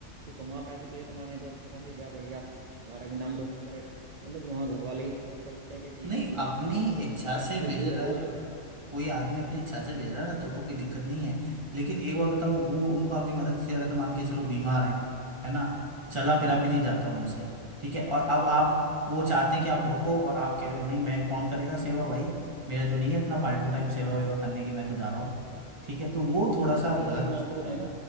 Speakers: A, on the right; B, on the right.
A: तू कमा पैसे तो ये कमाने हैं, तो अच्छे खासे जा बढ़िया हमारा भी नाम रोशन करेगा मतलब वहाँ घर वाले ही सपोर्ट कर देते हैं कि ठीक
B: नहीं
A: है कोई बात
B: अपनी
A: नहीं हमारा नाम रोशन
B: इच्छा
A: हो रहा है
B: से
A: हमसे
B: भेज
A: दूर
B: रहा
A: रहोगे
B: है
A: तो ठीक है
B: कोई आदमी अपनी इच्छा से
A: हम्म
B: भेज रहा है ना तो तो कोई दिक्कत नहीं है लेकिन एक बार बताओ वो उनको आपकी मदद की जरूरत है मान के चलो बीमार है है ना चला
A: हम्म
B: फिरा भी नहीं जाता उनसे ठीक है और अब आप वो चाहते हैं कि आप रुको और आप कह रहे हो नहीं मैं कौन करेगा सेवा भाई मेरा तो नहीं है इतना फालतू टाइम सेवा
A: हम्म
B: वेवा करने की मैं तो जा रहा हूँ ठीक है तो वो थोड़ा सा
A: नहीं
B: गलत
A: अभी मैं आपको बताऊं
B: है
A: ना